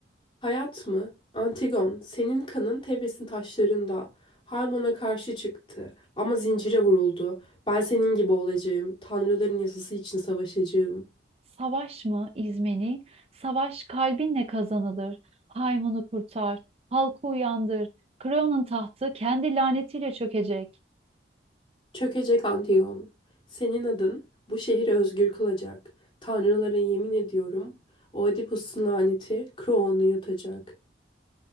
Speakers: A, on the left; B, on the right.
A: Hayat mı? Antigon, senin kanın Tebes'in taşlarında. Harmon'a karşı çıktı ama zincire vuruldu. Ben senin gibi olacağım. Tanrıların yasası için savaşacağım.
B: Savaş mı İzmeni? Savaş kalbinle kazanılır. Haymunu kurtar, halkı uyandır. Kreon'un tahtı kendi lanetiyle çökecek.
A: Çökecek Antigone, senin adın bu şehri özgür kılacak. Tanrılara yemin ediyorum, Oedipus'un laneti Kroon'u yutacak.